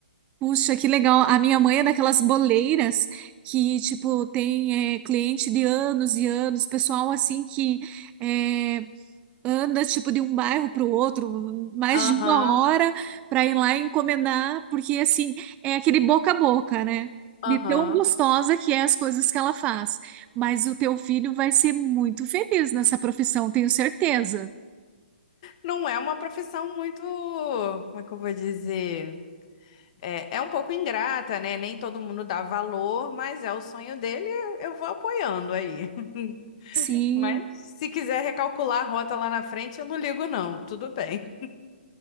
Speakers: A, on the right; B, on the left.
A: Puxa, que legal. A minha mãe é daquelas boleiras que, tipo, tem é, cliente de anos e anos, pessoal assim que é, anda, tipo, de um bairro para o outro, mais
B: Aham,
A: de uma hora para ir lá encomendar, porque, assim, é aquele boca a boca, né?
B: aham.
A: De tão gostosa que é as coisas que ela faz. Mas o teu filho vai ser muito feliz nessa profissão, tenho certeza.
B: Não é uma profissão muito, como é que eu vou dizer? É, é um pouco ingrata, né? Nem todo mundo dá valor, mas é o sonho dele, eu vou apoiando aí. <laughs>
A: Sim.
B: Mas se quiser recalcular a rota lá na frente, eu não ligo, não. Tudo bem.